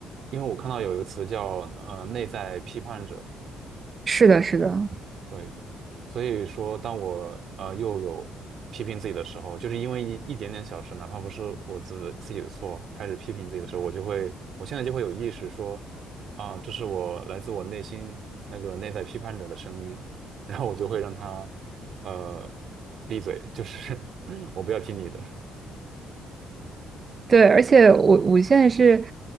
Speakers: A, on the right; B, on the right.
A: 因为我看到有一个词叫呃内在批判者。
B: 是的，是的，
A: 对。所以说，当我呃又有批评自己的时候，就是因为一一点点小事，哪怕不是我自自己的错，开始批评自己的时候，我就会，我现在就会有意识说，啊、这是我来自我内心那个内在批判者的声音，然后我就会让他呃闭嘴，就是 <laughs> 我不要听你的。
B: 对，而且我我现在是